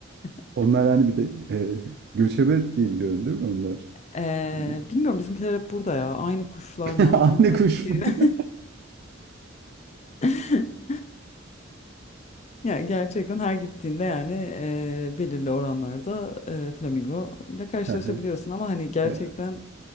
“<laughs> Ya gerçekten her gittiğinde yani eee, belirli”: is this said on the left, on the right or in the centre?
Left